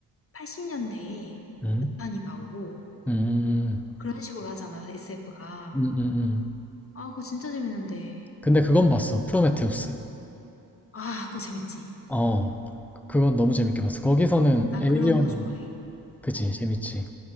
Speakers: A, on the left; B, in the centre.
A: 80년대에 뭐
B: 응?
A: 몇 탄이 나오고
B: 음. 음.
A: 그런 식으로 하잖아, SF가.
B: 음, 음, 음.
A: 아, 그거 진짜 재밌는데.
B: 근데 그건 봤어. 프로메테우스.
A: 아, 그거 재밌지?
B: 어. 그- 그건 너무 재밌게 봤어. 거기서는
A: 나
B: 에일리언이
A: 그런 거 좋아해.
B: 그지
A: 어,
B: 재밌지.